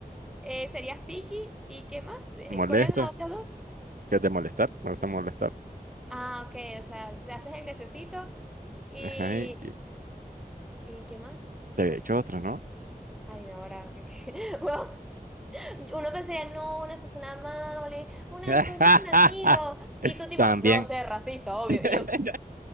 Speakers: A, in the centre; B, on the right (about 60°).
A: eh, serías picky y ¿qué más? Eh,
B: Molesto,
A: ¿Cuál es la otra dos?
B: que es de molestar. Me gusta molestar.
A: Ah, ok, o sea, te haces el graciosito y...
B: Ajá, y y
A: ¿Y qué más?
B: te había dicho otro, ¿no?
A: Ay, no, ahora... que- que- <laughs> Bueno, uno pensaría, no, una persona amable, una-
B: <laughs>
A: un gran amigo. Y tú tipo,
B: También.
A: no, sé, racista, obvio.
B: <laughs>
A: Y yo,